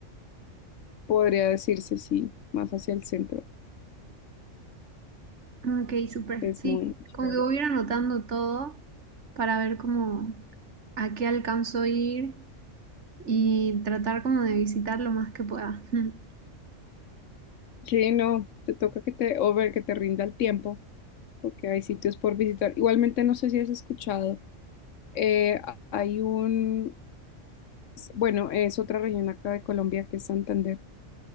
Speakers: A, on the left; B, on the right.
A: Podría decirse sí, más hacia el centro.
B: Ah, Ok, súper,
A: Es
B: sí.
A: muy, muy chévere.
B: Como que voy a ir anotando todo para ver cómo a qué alcanzó ir Y tratar como de visitar lo más que pueda. <laughs>
A: Sí, no, te toca que te, o ver que te rinda el tiempo, porque hay sitios por visitar. Igualmente, no sé si has escuchado, eh, a- hay un, bueno, es otra región acá de Colombia que es Santander.